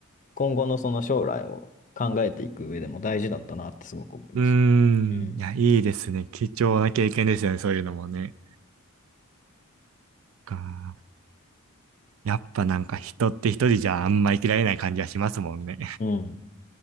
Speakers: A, on the left; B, on the right.
A: 今後のその将来を考えていく上でも大事だったなってすごく思います
B: うん。
A: ね。
B: いや、いいですね。貴重な経験ですよね。そういうのもね。かやっぱなんか人って一人じゃあんま生きられない感じはしますもんね。
A: うん。うん。